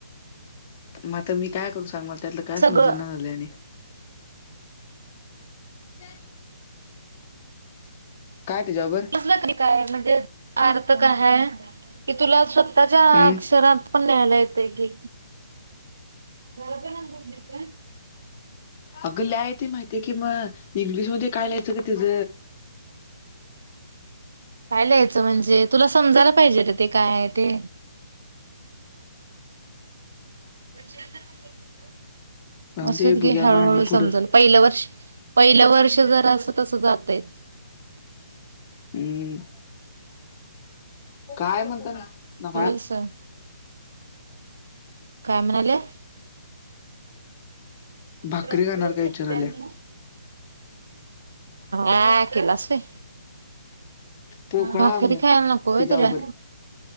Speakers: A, on the left (about 30°); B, on the right (about 70°).
A: म आता मी काय करू सांग मला त्यातलं काय
B: सगळं
A: समजणा झालय आणि <inaudible> काय त्याच्याबरोबर
B: समजलं तरी काय म्हणजे अर्थ कायय की तुला स्व त्याच्या
A: हम्म
B: अक्षरात पण ल्याययला येते की घरातला नंबर दीऊ काय?
A: अग लिह्याय येतय माहिती ते कि म इंग्लिशमध्ये काय लिहायचं ग त्यज?
B: काय लिहायचं म्हणजे तुला समजायला पाहिजे ते काय आहे ते? <inaudible>
A: राहून
B: असुदे
A: दे
B: गे
A: बघूया
B: हळूहळू
A: मग आणि पुढं
B: समजल पहिलं वर्ष पहिलं वर्ष जर अस तस जातेच
A: हम्म काय म्हणता ना नका
B: होईल सहन काय म्हणाले?
A: भाकरी
B: त्र्यातर
A: खाणार काय
B: सत्यानऊ
A: विचाराल्या
B: आ केलास व्हय
A: पोकळा
B: भाकरी
A: म्हण
B: खायला नको होय
A: तिच्याबरोबर
B: तुला